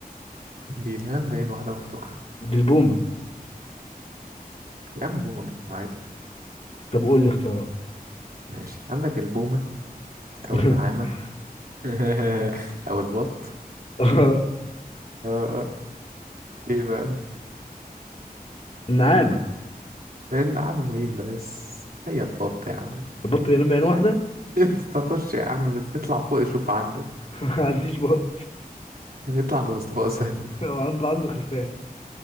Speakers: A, on the right; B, on the left.
A: بينام بعين واحدة مفتوحة
B: دي البومة
A: يا عم بومة بتنام عادي
B: طب قول لي اختيارات
A: ماشي عندك البومة أو
B: <laughs>
A: النعامة <laughs> او البط
B: آه،
A: آه. آه. ايه بقى
B: النعامة
A: النعمة مين بس هي البط يا عم
B: البط بينام بعين واحدة <laughs>
A: <laughs> تخش يا عم اطلع فوق شوف عندك
B: ما عنديش بط
A: اطلع عند مصطفى سهل
B: <laughs> هو عنده عنده خرفان